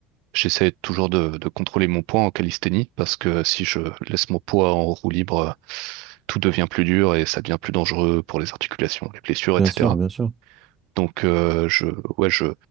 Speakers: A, on the right; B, on the right.
A: j'essaie toujours de, de contrôler mon poids en calisthénie, parce que si je laisse mon poids en roue libre, euh, tout devient plus dur et ça devient plus dangereux pour les articulations, les blessures, etc.
B: bien sûr, bien sûr.
A: Donc euh, je, ouais, je,